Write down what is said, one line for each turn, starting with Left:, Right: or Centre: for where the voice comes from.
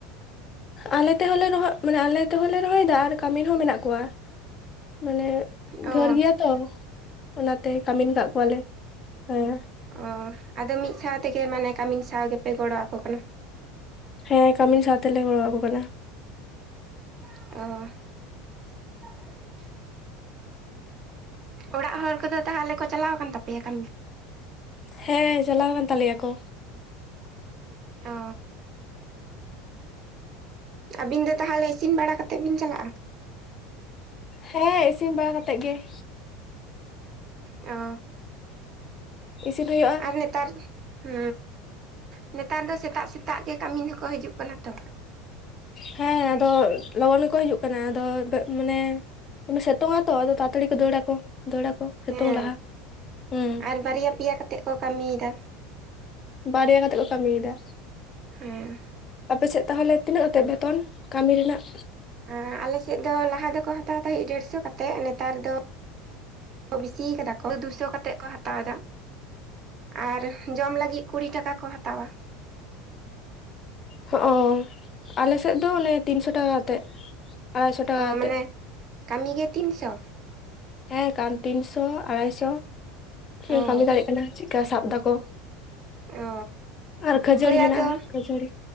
Left: ᱟᱞᱮ ᱛᱮᱦᱚᱸ ᱞᱮ ᱨᱚᱦᱚ ᱟᱨ ᱢᱟᱱᱮ ᱟᱞᱮ ᱛᱮᱦᱚᱸ ᱞᱮ ᱨᱚᱦᱚᱭᱮᱫᱟ ᱟᱨ ᱠᱟᱹᱢᱤᱱ ᱦᱚᱸ ᱢᱮᱱᱟᱜ ᱠᱚᱣᱟ᱾ ᱢᱟᱱᱮ
Right: ᱚ
Left: ᱰᱷᱮᱨ ᱜᱮᱭᱟ ᱛᱚ᱾ ᱚᱱᱟᱛᱮ ᱠᱟᱹᱢᱤᱱ ᱠᱟᱜ ᱠᱚᱣᱟᱞᱮ ᱦᱮᱸ᱾
Right: ᱚᱻ ᱟᱫᱚ ᱢᱤᱫ ᱥᱟᱶ ᱛᱮᱜᱮ ᱢᱟᱱᱮ ᱠᱟᱹᱢᱤᱱ ᱥᱟᱶ ᱜᱮᱯᱮ ᱜᱚᱲᱚ ᱟᱠᱚ ᱠᱟᱱᱟ?
Left: ᱦᱮᱸ ᱠᱟᱹᱢᱤᱱ ᱥᱟᱶᱛᱮᱞᱮ ᱜᱚᱲᱚᱣᱟᱠᱚ ᱠᱟᱱᱟ᱾
Right: ᱚᱻ ᱚᱲᱟᱜ ᱦᱚᱲ ᱠᱚᱫᱚ ᱛᱟᱦᱟᱞᱮ ᱠᱚ ᱪᱟᱞᱟᱣ ᱟᱠᱟᱱ ᱛᱟᱯᱮᱭᱟ ᱠᱟᱹᱢᱤ?
Left: ᱦᱮᱸ ᱪᱟᱞᱟᱣ ᱠᱟᱱ ᱛᱟᱞᱮᱭᱟ ᱠᱚ᱾
Right: ᱚᱻ ᱟᱹᱵᱤᱱ ᱫᱚ ᱛᱟᱦᱚᱞᱮ, ᱤᱥᱤᱱ ᱵᱟᱲᱟ ᱠᱟᱛ ᱠᱟᱛᱮᱫ ᱵᱤᱱ ᱪᱟᱞᱟᱜᱼᱟ?
Left: ᱦᱮᱸ, ᱤᱥᱤᱱ ᱵᱟᱲᱟ ᱠᱟᱛᱮᱫ ᱜᱮ᱾
Right: ᱚᱻ
Left: ᱤᱥᱤᱸᱱ ᱦᱩᱭᱩᱜ-ᱟ
Right: ᱱᱮᱛᱟᱨ ᱦᱩᱻ ᱱᱮᱛᱟᱨ ᱫᱚ, ᱥᱮᱛᱟᱜ ᱥᱮᱛᱟᱜ ᱜᱮ ᱠᱟᱹᱢᱤ ᱦᱚᱸᱠᱚ ᱦᱤᱡᱩᱜ ᱠᱟᱱᱟ ᱛᱚ᱾
Left: ᱦᱮᱸ ᱟᱫᱚ, ᱞᱚᱜᱚᱱ ᱜᱮᱠᱚ ᱦᱤᱡᱩᱜ ᱠᱟᱱᱟ, ᱟᱫᱚ ᱢᱟᱱᱮ ᱫᱚᱢᱮ ᱥᱮᱛᱳᱝ ᱟᱛᱚ, ᱟᱫᱚ ᱛᱟᱲᱟᱛᱟᱹᱲᱤ ᱠᱚ ᱫᱟᱹᱲᱟᱠᱚ, ᱫᱟᱹᱲᱟᱠᱚ ᱥᱮᱛᱳᱝ
Right: ᱦᱮᱸ
Left: ᱞᱟᱦᱟ, ᱦᱮᱸ
Right: ᱟᱨ ᱵᱟᱨᱭᱟ ᱯᱮᱭᱟ ᱠᱟᱛᱮᱫ ᱠᱚ ᱠᱟᱹᱢᱤᱭᱮᱫᱟ᱾
Left: ᱵᱟᱨᱭᱟ ᱠᱟᱛᱮᱜ ᱠᱚ ᱠᱟᱹᱢᱤᱭᱮᱫᱟ᱾
Right: ᱦᱮᱻ
Left: ᱟᱯᱮᱥᱮᱫ ᱛᱟᱹᱦᱚᱞᱮ ᱛᱤᱱᱟᱹᱜ ᱠᱟᱛᱮᱫ ᱵᱮᱛᱚᱱ, ᱠᱟᱹᱢᱤ ᱨᱮᱱᱟᱜ?
Right: ᱮ ᱟᱞᱮ ᱥᱮᱫ ᱫᱚ ᱞᱟᱦᱟ ᱫᱚᱠᱚ ᱦᱟᱛᱟᱣ ᱛᱟᱦᱮᱸᱜ, ᱰᱮᱲᱥᱚ ᱠᱟᱛᱮᱜ, ᱱᱮᱛᱟᱨ ᱫᱚ ᱵᱤᱥᱤ ᱠᱟᱫᱟ ᱚᱭ ᱫᱩᱥᱚ ᱠᱟᱛᱮᱫ ᱠᱚ ᱦᱟᱛᱟᱣ ᱮᱫᱟ, ᱟᱨ ᱡᱚᱢ ᱞᱟᱹᱜᱤᱫ ᱠᱩᱲᱤ ᱴᱟᱠᱟ ᱠᱚ ᱦᱟᱛᱟᱣᱟ᱾
Left: ᱦᱚᱸ, ᱟᱞᱮ ᱥᱮᱫ ᱚᱱᱮ ᱛᱤᱱᱥᱚ ᱴᱟᱠᱟ ᱠᱟᱛᱮᱫ, ᱟᱲᱟᱭᱥᱚ ᱴᱟᱠᱟ
Right: ᱚ
Left: ᱠᱟᱛᱮᱫ
Right: ᱢᱟᱱᱮ, ᱠᱟᱹᱢᱤ ᱜᱮ ᱛᱤᱱᱥᱚ?
Left: ᱦᱮᱸ, ᱠᱟᱱ ᱛᱤᱱᱥᱚ, ᱟᱲᱟᱭᱥᱚ, ᱪᱮᱫ
Right: ᱚ
Left: ᱠᱟᱹᱢᱤ ᱫᱟᱲᱮᱭᱟᱜ ᱠᱟᱱᱟ᱾ ᱟᱨ ᱪᱮᱫ ᱠᱟ ᱥᱟᱵ ᱫᱟᱠᱚ
Right: ᱚ
Left: ᱟᱨ, ᱠᱷᱟᱹᱡᱟᱹᱲᱤ
Right: ᱦᱳᱭ ᱟᱫᱚ
Left: ᱢᱮᱱᱟᱜᱼᱟ, ᱠᱷᱟᱹᱡᱟᱹᱲᱤ᱾